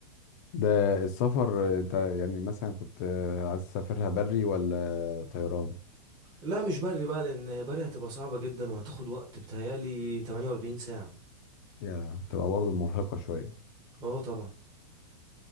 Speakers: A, on the left; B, on the right.
A: ده السفر انت يعني مثلا كنت عايز تسافرها بري ولا طيران
B: لا مش بري بقى لان بري هتبقى صعبة جدا وهتاخد وقت بتهيألي 48 ساعة
A: يا تبقى برضه مرهقة شوية
B: اه طبعا